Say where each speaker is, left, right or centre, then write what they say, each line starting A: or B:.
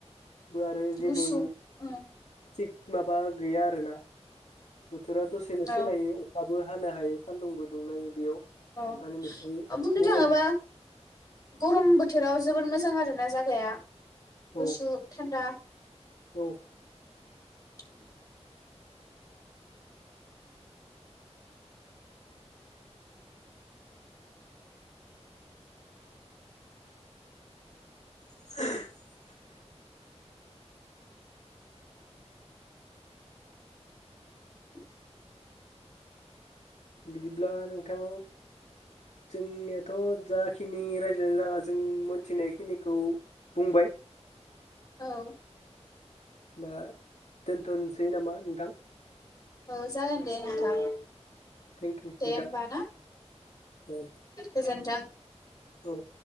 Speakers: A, on the left; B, on the left.
A: बो आरो जेबो
B: गुसुं ओं
A: थिग माबा गैया आरो ना बोथोरा दसेनो
B: औ
A: सोलायो अखाबो हानो हायो सान्दुंबो दुंनाय बेयाव
B: औ
A: माने बेखौ
B: बुंनो थाङोबा
A: हाया
B: गरम बोथोर बोथोराव जोबोर मोजां आरो ना जायगाया
A: औ
B: गुसु थान्दा
A: औ
B: उम
A: <inaudible>
B: <inaudible>
A: बिदिब्ला नोंथां जोंनियाथ जाखिनि रायज्लायनो लागा जों मोनथिनायखिनिखौ बुंबाय।
B: औ
A: दा दोनथनोसै नामा नोंथां?
B: औ जागोन दे नोंथां।
A: थेंकिउ नोंथां
B: दे होमबा ना
A: औ
B: गोजोन्थों
A: औ